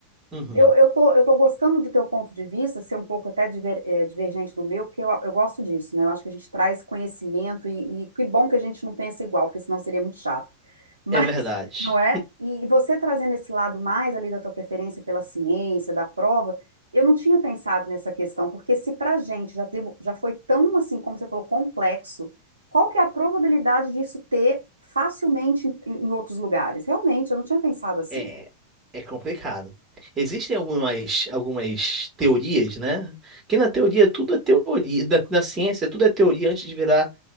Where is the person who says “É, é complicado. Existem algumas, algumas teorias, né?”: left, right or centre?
Right